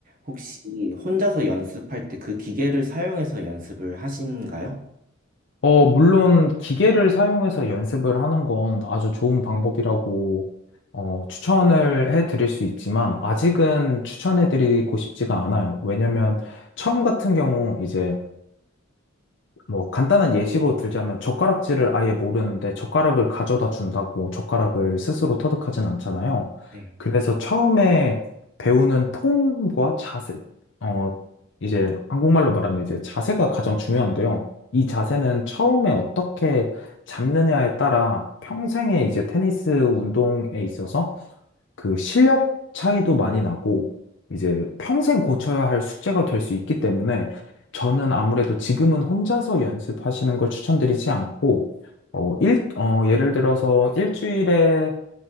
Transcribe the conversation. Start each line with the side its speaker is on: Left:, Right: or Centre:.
Right: 혹시 혼자서 연습할 때 그 기계를 사용해서 연습을 하신가요?
Left: 어, 물론 기계를 사용해서 연습을 하는 건 아주 좋은 방법이라고 어, 추천을 해드릴 수 있지만 아직은 추천해드리고 싶지가 않아요. 왜냐면 처음 같은 경우 이제 뭐 간단한 예시로 들자면 젓가락질을 아예 모르는데 젓가락을 가져다 준다고 젓가락을 스스로 터득하진 않잖아요.
Right: 네.
Left: 그래서 처음에 배우는 폼과 자세, 어, 이제 한국말로 말하면 이제 자세가 가장 중요한데요. 이 자세는 처음에 어떻게 잡느냐에 따라 평생의 이제 테니스 운동에 있어서 그 실력 차이도 많이 나고 이제 평생 고쳐야 할 숙제가 될 수 있기 때문에 저는 아무래도 지금은 혼자서 연습하시는 걸 추천드리지 않고 어, 일, 어, 예를 들어서 일주일에